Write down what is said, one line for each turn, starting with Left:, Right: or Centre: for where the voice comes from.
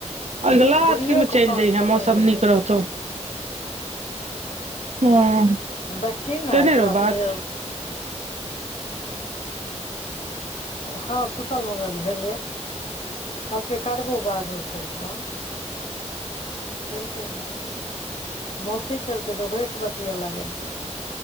Right: अगला
Left: गुड़ियोके
Right: अथी मऽ चलि
Left: फोन
Right: जइहे
Left: केने
Right: मौसम
Left: रहियै
Right: नीक रहतौ। <unintelligible>
Left: देखी नऽ
Right: केने
Left: एगला
Right: रहो बात
Left: शनि रेब हँ कुशल मंगल भेलेय कहलकै करबो बादमे फेर फोन केलकै नहि। मौसी केलकै त ओकरे सऽ बतिया लागलियै